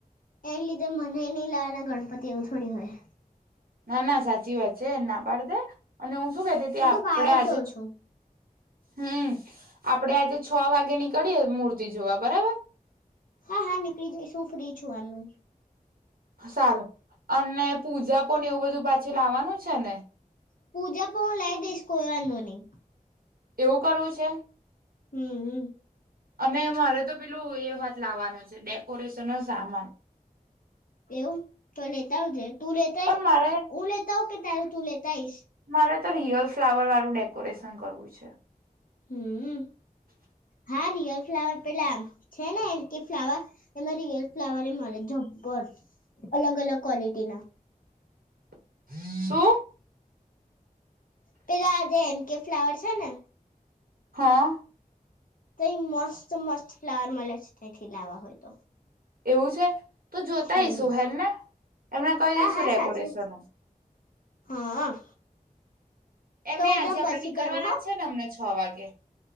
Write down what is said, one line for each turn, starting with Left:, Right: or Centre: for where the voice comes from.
Left: એના લીધે મને નહ લના ગણપતિ એવું થોડી હોય.
Right: ના ના સાચી વાત છે એ ના પાડી દે, અને હું શું કતી ત
Left: હું
Right: આપડે
Left: તો પાડ
Right: આજે
Left: દઉં
Right: જ
Left: છું
Right: હમ્મ, આપડે આજે છ વાગે નીકળીએે મૂર્તિ જોવા બરાબર.
Left: હા હા નીકળી જઈશ હું ફ્રી છું આનું.
Right: સારું, અને પૂજા પણ એવું બધું પાછી લાવવાનું છે ને.
Left: પૂજા પો લ દશ કોઈ વાંધો નહી.
Right: એવું કરવું છે?
Left: હમ્મ હમ્મ.
Right: અને મારે તો પેલું એ વાત લાવવાનું છે ડેકોરેશનનો સામાન.
Left: એવું, તો લેતા આવજે. તું લેતા
Right: પણ મારે
Left: ઉ હુ લેતા આઉ કે ત્યાંરે તુલે દઇસ.
Right: મારે રિયલ ફ્લાવર વાળું ડેકોરેશન કરવું છે.
Left: હમ્મ, હા રિયલ ફ્લાવર પેલામ છે ને એમ કે ફ્લાવર, એમાં રિયલ ફ્લાવર એ મળે જબર અલગ અલગ ક્વોલિટીના.
Right: <inaudible> સુ
Left: પેલા આ જે એમકે ફ્લાવર છે ને.
Right: હા.
Left: તય મસ્ત મસ્ત ફ્લાવર મળે છે તથી લાવવા હોય તો.
Right: એવું છે, તો જોતાઈશુ
Left: હમ
Right: હેનને એમને કહી
Left: હા
Right: દઈશુ
Left: હા
Right: ડેકોરેશન.
Left: સાચે હા.
Right: એમે
Left: તો હું
Right: આજે
Left: તમ
Right: આપડે
Left: પછી
Right: નીકળવાના
Left: કરું હા
Right: જ છે ને અમના જ. છ વાગે.